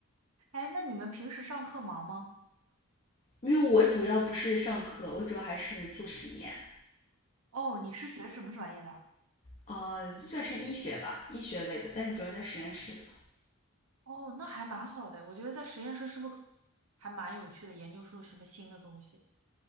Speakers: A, on the right (about 80°); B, on the left (about 30°).
A: 哎，那你们平时上课忙吗？
B: 因为我主要不是上课，我主要还是做实验，
A: 哦，你是学什么专业的？
B: 呃，算是医学吧，医学类的，但是主要在实验室的。
A: 哦，那还蛮好的，我觉得在实验室是不是还蛮有趣的，研究出什么新的东西？